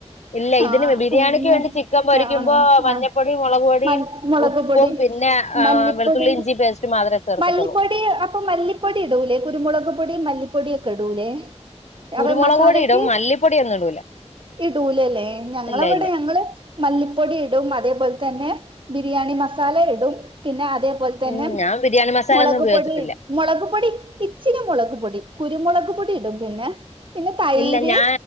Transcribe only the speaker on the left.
ഇല്ല ഇതിന്
ബിരിയാണിക്ക്
വേണ്ടി ചിക്കൻ പൊരിക്കുമ്പോ
മഞ്ഞപ്പൊടിയും
മുളക് പൊടിയും
ഉപ്പും
പിന്നെ
വെളുത്തുള്ളി ഇഞ്ചി പേസ്റ്റ് മാത്രമേ ചേർക്കത്തുള്ളൂ
കുരുമുളക്
പൊടി ഇടും മല്ലിപ്പൊടിയൊന്നും ഇടൂല
ഇല്ല ഇല്ല
ഉം ഞാൻ ബിരിയാണി മസാല
ഒന്നും ഉപയോഗിച്ചിട്ടില്ല
ഇല്ല ഞാ